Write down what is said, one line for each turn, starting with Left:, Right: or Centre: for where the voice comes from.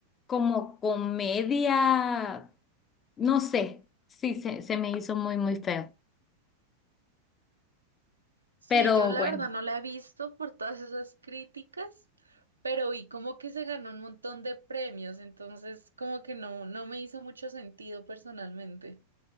Left: como comedia, no sé, sí, se, se me hizo muy, muy feo.
Right: Sí,
Left: Pero
Right: yo la
Left: bueno,
Right: verdad no la he visto por todas esas críticas, pero vi como que se ganó un montón de premios, entonces como que no, no me hizo mucho sentido personalmente.